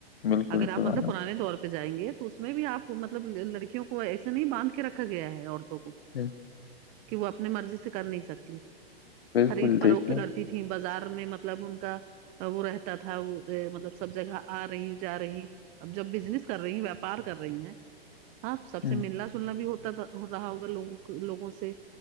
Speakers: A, on the left; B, on the right.
A: بالکل
B: اگر آپ
A: سبحان
B: مطلب
A: اللہ،
B: پرانے طور پر پہ جائیں گے تو اس میں بھی آپ کو مطلب لڑکیوں کو ایسے نہیں باندھ کے رکھا گیا ہے عورتوں کو
A: جی
B: کہ وہ اپنی مرضی سے کر نہیں سکتی
A: بالکل
B: خرید فروخت
A: دیکھیے
B: کر تھیں بازار میں مطلب ان کا وہ رہتا تھا وہ مطلب سب جگہ آ رہی جا رہی اب جب بزنس کر رہی ہیں ویاپار کر رہی ہیں ہاں تو سب
A: ہم،
B: سے ملنا سلنا بھی ہوتا ہو رہا ہوگا لوگ کو لوگوں سے سے